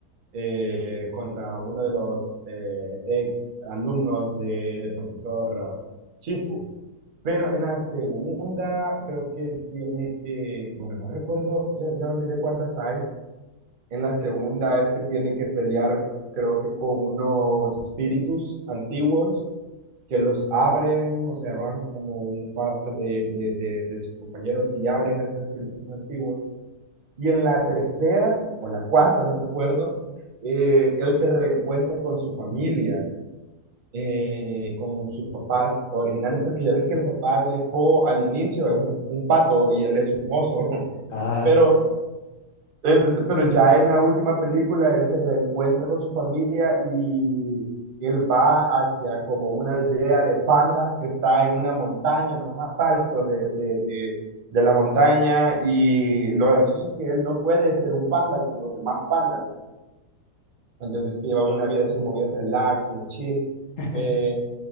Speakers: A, on the right; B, on the left.
A: eh, contra uno de los eh, ex alumnos del profesor eh, Chifu. Pero en la segunda creo que tiene que, bueno, no recuerdo, ya, ya olvidé cuántas hay. En la segunda es que tiene que pelear, creo que con unos espíritus antiguos que los abren, o sea, van como un par de, de, de, de sus compañeros y abren a estos espíritus antiguos. Y en la tercera, o la cuarta, no recuerdo, eh, él se reencuentra con su familia eh, con sus papás originales, porque ya ves que el papá de Po al inicio es un, un pato y él es un oso, <laughs>
B: Ah,
A: pero,
B: sí.
A: entonces- pero ya en la última película él se reencuentra con su familia y él va hacia como una aldea de pandas que está en una montaña, no más alto de, de, de, de la montaña y lo gracioso es que él no puede ser un panda como los demás pandas entonces, que llevan una vida así como bien relax, bien chill.
B: <laughs>
A: eh,